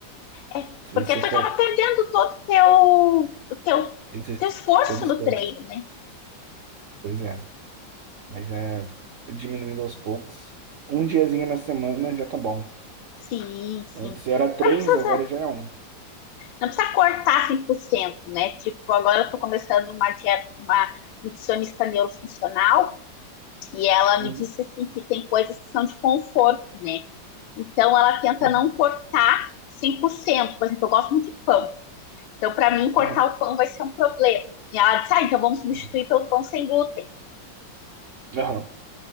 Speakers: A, on the left; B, on the right.
A: É,
B: Se
A: porque
B: você
A: tu
B: for
A: acaba perdendo todo o teu, o teu,
B: exercer
A: teu esforço
B: todo esforço,
A: no treino, né?
B: pois é. Mas é diminuindo aos poucos. Um diazinho na semana já tá bom.
A: Sim, sim.
B: Antes era três,
A: Não precisa,
B: agora já é um.
A: não precisa cortar 100%, né? Tipo, agora eu tô começando uma dieta com uma nutricionista neurofuncional E ela
B: Uhum,
A: me disse assim que tem coisas que são de conforto, né? Então ela tenta
B: uhum,
A: não cortar 100%. Por cento. Por exemplo, eu gosto muito de pão. Então para mim cortar
B: aham,
A: o pão vai ser um problema. E ela disse: "Ah, então vamos substituir
B: uhum,
A: pelo pão sem glúten".
B: aham,